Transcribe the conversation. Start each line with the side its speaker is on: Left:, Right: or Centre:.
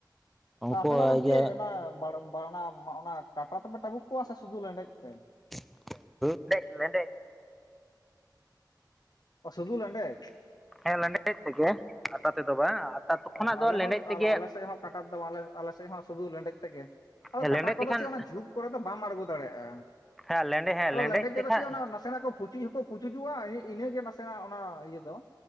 Centre: ᱩᱱᱠᱩ
Left: ᱟᱯᱮ ᱫᱚ ᱟᱫᱚ
Centre: ᱤᱭᱟᱹ
Left: ᱪᱮᱫ ᱚᱱᱟ ᱵᱟᱲᱚᱢ ᱚᱱᱟ ᱚᱱᱟ ᱠᱟᱴᱟ ᱛᱮᱯᱮ ᱴᱟᱵᱩᱜ ᱠᱚᱣᱟ ᱥᱮ ᱥᱩᱫᱷᱩ ᱞᱮᱸᱰᱮᱡ ᱛᱮ?
Centre: <unintelligible> ᱞᱮᱸᱰᱮᱡ ᱞᱮᱸᱰᱮᱡ᱾
Left: ᱚ ᱥᱩᱫᱷᱩ ᱞᱮᱸᱰᱮᱡ?
Centre: ᱦᱮᱸ ᱞᱮᱸᱰᱮᱛ ᱛᱮᱜᱮ ᱟᱸᱴᱟ ᱛᱮᱫᱚ ᱵᱟᱝ ᱟᱴᱟ ᱛ
Left: ᱚ
Centre: ᱠᱷᱚᱱᱟᱜ
Left: ᱟᱞᱮ
Centre: ᱫᱚ
Left: ᱦᱚᱸ
Centre: ᱞᱮᱸᱰᱮᱡ
Left: ᱟᱞᱮ
Centre: ᱛᱮᱜᱮ
Left: ᱥᱮᱫ ᱦᱚᱸ ᱠᱟᱴᱟ ᱫᱚ ᱟᱞᱮ ᱟᱞᱮᱮᱫ ᱦᱚᱸ ᱥᱩᱫᱩ ᱞᱮᱸᱰᱮᱛ ᱛᱮᱜᱮ᱾ ᱟᱫᱚ
Centre: ᱞᱮᱸᱰᱮᱡ
Left: ᱠᱟᱴᱟ ᱠᱚᱫᱚ
Centre: ᱛᱮᱠᱷᱟᱱ
Left: ᱪᱮᱫ ᱡᱷᱩᱯ ᱠᱚᱨᱮ ᱫᱚ ᱵᱟᱢ ᱟᱬᱜᱚ ᱫᱟᱲᱮᱭᱟᱜᱼᱟ,
Centre: ᱦᱮᱸ ᱞᱮᱸᱰᱮᱡ ᱦᱮᱸ
Left: ᱟᱫᱚ ᱞᱮᱸᱰᱮᱡ ᱛᱮᱫᱚ
Centre: ᱛᱮᱠᱷᱟᱱ
Left: ᱪᱮᱫ ᱱᱟᱥ ᱱᱟᱥᱮᱱᱟᱜ ᱠᱚ ᱯᱷᱩᱪᱩᱡ ᱦᱚᱸᱠᱚ ᱯᱷᱩᱪᱩᱡᱚᱜᱼᱟ ᱤᱱᱟᱹᱜᱮ ᱱᱟᱥᱮᱱᱟᱜ ᱚᱱᱟ ᱤᱭᱟᱹ ᱫᱚ᱾